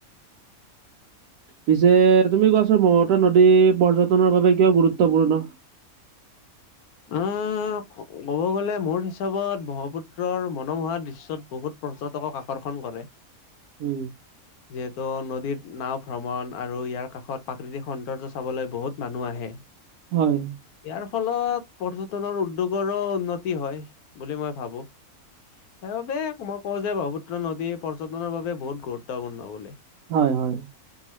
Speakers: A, on the right; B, on the left.
A: পিছে তুমি কোৱাচোন ব্ৰহ্মপুত্ৰ নদী পৰ্যটনৰ বাবে কিয় গুৰুত্বপূৰ্ণ?
B: উম। ক'ব গ'লে মোৰ হিচাপত ব্ৰহ্মপুত্ৰৰ মনোমোহা দৃশ্যত বহুত পৰ্যটকক আকৰ্ষণ কৰে <unintelligible> <inaudible>
A: উম।
B: <unintelligible> যিহেতু নদীৰ নাও ভ্ৰমণ আৰু ইয়াৰ কাষত প্ৰাকৃতিক সৌন্দৰ্য চাবলৈ বহুত মানুহ আহে
A: হয়।
B: ইয়াৰ ফলত পৰ্যটনৰ উদ্যোগৰো উন্নতি হয় বুলি মই ভাবো। সেইবাবে মই কওঁ যে ব্ৰহ্মপুত্ৰ নদী পৰ্যটনৰ বাবে বহুত গুৰুত্বপূৰ্ণ বুলি।
A: হয় হয়।